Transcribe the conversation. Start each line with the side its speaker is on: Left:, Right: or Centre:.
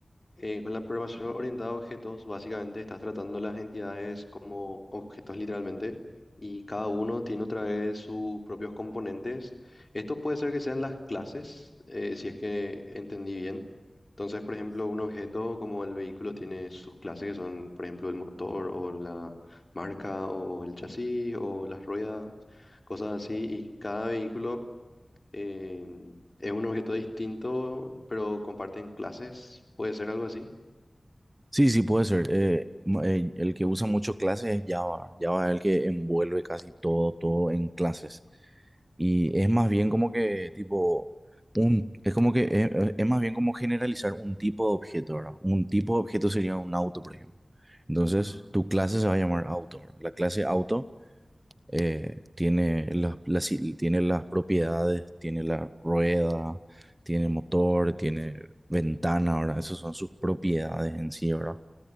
Left: eh, con la programación orientada a objetos, básicamente estás tratando las entidades como objetos literalmente y cada uno tiene otra vez sus propios componentes. Esto puede ser que sean las clases, eh, si es que entendí bien. Entonces, por ejemplo, un objeto como el vehículo tiene sus clases que son, por ejemplo, el motor o la marca o el chasis o las ruedas, cosas así. Y cada vehículo eh, es un objeto distinto, pero comparten clases. ¿Puede ser algo así?
Right: Sí, sí, puede ser. Eh, ma- eh, el que usa mucho clases es Java. Java es el que envuelve casi todo, todo en clases. Y es más
Left: Ah,
Right: bien como que tipo un, es como que eh, eh, es, más bien como generalizar un tipo de objeto, ¿verdad? Un tipo de objeto sería un auto, por ejemplo. Entonces,
Left: ah,
Right: tu clase se va a llamar auto, ¿verdad? La clase auto eh, tiene las, las- tiene las propiedades, tiene la rueda, tiene motor, tiene ventana, ¿verdad? Esas son sus propiedades en sí, ¿verdad?